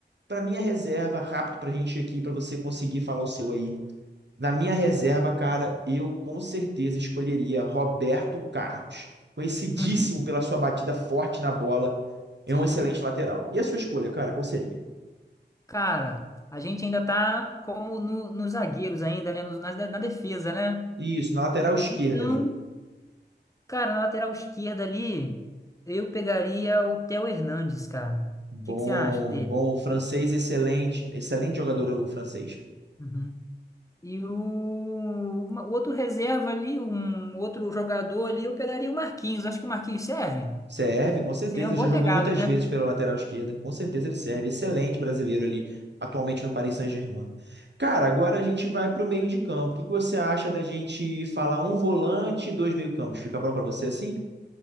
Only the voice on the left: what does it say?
Uhum,
sim.
Cara, a gente ainda tá como no, nos zagueiros ainda, né? Nos- na na defesa, né?
Então,
Cara, na lateral esquerda ali, eu pegaria o Theo Hernandes, cara.
O que que você acha dele?
Uhum. E o, uma- o outro reserva ali, um outro jogador ali, eu pegaria o Marquinhos. Acho que o Marquinhos serve.
Seria uma
boa
pegada,
né?